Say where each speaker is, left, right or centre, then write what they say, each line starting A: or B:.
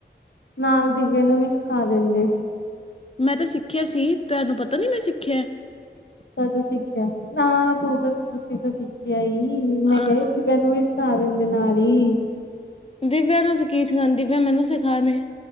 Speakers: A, on the left (about 70°); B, on the left (about 30°).
A: ਨਾਲ ਦੀਵਿਆਂ ਨੂੰ ਵੀ ਸਿਖਾ ਦਿੰਦੇ।
B: ਮੈਂ ਤਾਂ ਸਿੱਖਿਆ ਸੀ ਤੁਹਾਨੂੰ ਪਤਾ ਨੀ ਮੈਂ ਸਿੱਖਿਆ।
A: ਕਦ ਸਿੱਖਿਆ ਤਾਂ ਤੂੰ ਤਾਂ ਤੁਸੀਂ ਤਾਂ ਸਿੱਖਿਆ ਹੀ ਮੈਂ
B: ਆਹੋ।
A: ਕਿਹਾ ਦੀਵਿਆਂ ਨੂੰ ਵੀ। ਸਿੱਖਾ ਦਿੰਦੇ ਨਾ ਹੀ।
B: ਦੀਵਿਆਂ ਨੂੰ ਤੁਸੀਂ ਕੀ ਸਿੱਖਾਂ ਦੀ ਪਈ ਆ ਮੈਨੂੰ ਸਿਖਾ ਦੇ।